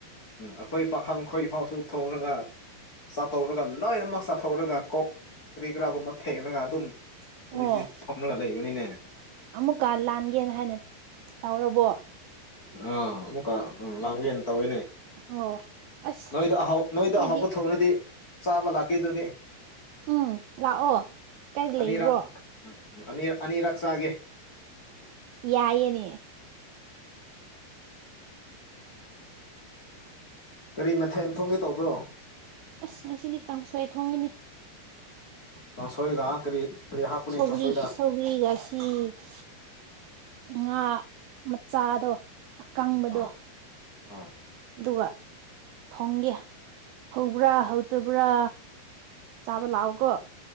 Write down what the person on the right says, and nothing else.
ꯑꯣ
ꯑꯃꯨꯛꯀ ꯂꯥꯟꯒꯦꯅ ꯍꯥꯏꯅ ꯇꯧꯔꯕꯣ
ꯑꯣ ꯑꯁ
ꯑꯩꯈꯣꯏꯗꯤ
ꯎꯝ ꯂꯥꯛꯑꯣ ꯀꯥꯏꯗ
ꯂꯩꯕ꯭ꯔꯣ
ꯌꯥꯏꯌꯦꯅꯦ
ꯑꯁ ꯉꯁꯤꯗꯤ ꯀꯥꯡꯁꯣꯏ ꯊꯣꯡꯉꯅꯤ
ꯁꯧꯒ꯭ꯔꯤ
<unintelligible> ꯉꯥ ꯃꯆꯥꯗꯣ ꯑꯀꯪꯕꯗꯣ
ꯑꯗꯨꯒ ꯊꯣꯡꯒꯦ ꯍꯧꯕ꯭ꯔꯥ ꯍꯧꯗꯕ꯭ꯔꯥ ꯆꯥꯕ ꯂꯥꯛꯑꯣꯀꯣ